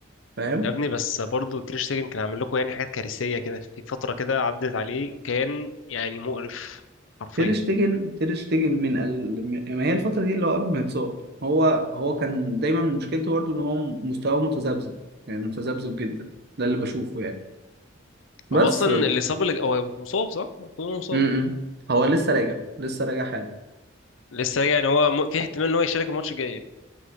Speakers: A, on the right; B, on the left.
A: فاهم
B: يا ابني بس برضه تير شتيجن كان عامل لكم يعني حاجات كارثيه كده في فتره كده عدت عليه كان يعني مقرف حرفيا
A: تير شتيجن تير شتيجن من ال... ما هي الفترة دي اللي هو قبل ما يتصاب هو هو كان دايما مشكلته برضه ان هو مستواه متذبذب يعني متذبذب جدا ده اللي بشوفه يعني بس
B: هو اصلا اللي صاب اللي هو مصاب صح؟ المفروض هو مصاب
A: م -م. هو لسه راجع لسه راجع حالا
B: لسه راجع يعني هو م- في احتمال ان هو يشارك الماتش الجاي يعني